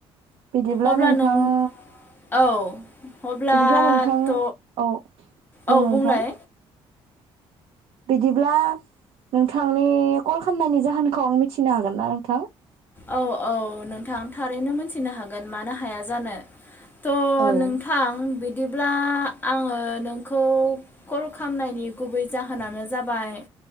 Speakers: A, on the right (about 60°); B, on the left (about 20°).
A: बिदिब्ला
B: अब्ला
A: नोंथाङा
B: नों औ अब्लाथ'
A: बिदिब्ला नोंथां औ बुं
B: औ
A: नोंथां
B: बुंलाय
A: बिदिब्ला नोंथांनि कल खालामनायनि जाहोनखौ आं मिथिनो हागोन ना नोंथां
B: औ औ नोंथां थारैनो मिथिनो हागोन मानो हाया जानो थ'
A: औ
B: नोंथां बि बिदिब्ला आङो नोंखौ कल खालामनायनि गुबै जाहोनानो जाबाय